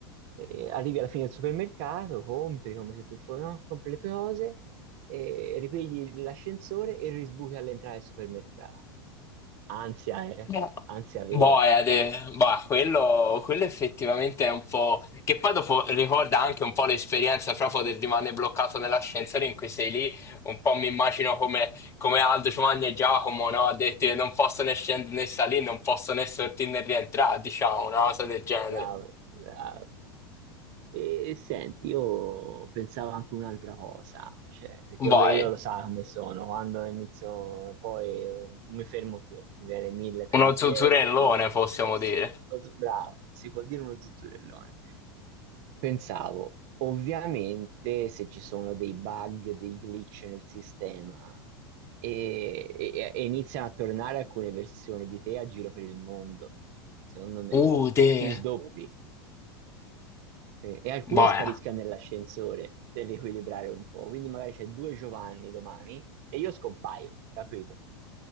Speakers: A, on the right; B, on the left.
A: eh, arrivi alla fine del supermercato, compri come se tu fossi, no? Compri le tue cose, eh, ripigli l'ascensore e risbuchi all'entrata del supermercato. Ansia, eh?
B: Boh,
A: Ansia vera.
B: boia, de- boia, quello, quello effettivamente è un po'. Che poi dopo ricorda anche un po' l'esperienza proprio del rimanere bloccato nell'ascensore in cui sei lì. Un po' mi immagino come, come Aldo Giovanni e Giacomo, no? Ha detto che non posso né scendere né salire, non posso né sortire né rientrare, diciamo, una cosa del genere.
A: Bravo, bravo. E senti, io pensavo anche un'altra cosa, cioè, perché ovvio
B: Vai,
A: io lo so come sono, quando inizio, poi eh, non mi fermo più, mi viene mille pensieri
B: uno zuzzurellone
A: connessi.
B: possiamo dire.
A: Lo zu- Bravo, si può dire uno zuzzurellone. Pensavo, ovviamente se ci sono dei bug, dei glitch nel sistema e, e- e iniziano a tornare alcune versioni di te a giro per il mondo, secondo me
B: Uh, de,
A: ti sdoppi eh, e alcuni
B: boia.
A: spariscano nell'ascensore per riequilibrare un po', quindi magari c'è due Giovanni domani e io scompaio, capito?